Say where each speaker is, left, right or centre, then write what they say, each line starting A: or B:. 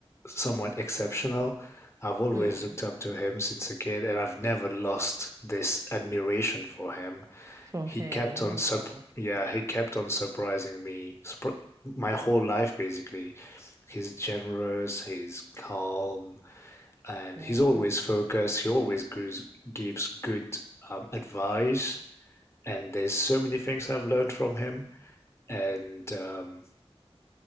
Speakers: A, on the left (about 25°); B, on the right (about 30°).
A: somewhat exceptional. I've always
B: Mm.
A: looked up to him since a kid, and I've never lost this admiration for him.
B: For
A: He
B: him.
A: kept on
B: Oh,
A: sup
B: wow.
A: yeah, he kept on surprising me sp my whole life basically. He's generous, he's calm, and
B: Mm.
A: he's always focused. He always gives gives good um, advice, and there's so many things I've learned from him. And um,